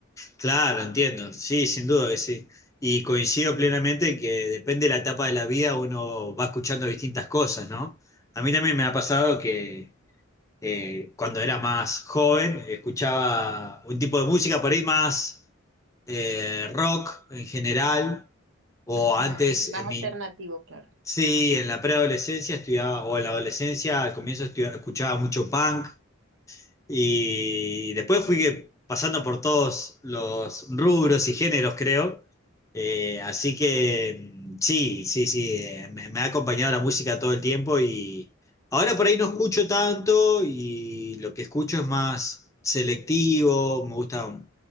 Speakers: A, on the left; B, on the right.
A: claro, entiendo. Sí, sin duda que sí. Y coincido plenamente en que depende de la etapa de la vida uno va escuchando distintas cosas, ¿no? A mí también me ha pasado que eh, cuando era más joven escuchaba un tipo de música por ahí más eh, rock en general, o
B: Ujú,
A: antes
B: Más
A: en mi...
B: alternativo, claro.
A: Sí, en la preadolescencia estudiaba, o en la adolescencia al comienzo estudia- escuchaba mucho punk. Y después fui que- pasando por todos los rubros y géneros, creo. Eh, así que mm, sí, sí, sí, eh, me, me ha acompañado la música todo el tiempo y ahora por ahí no escucho tanto y lo que escucho es más selectivo, me gusta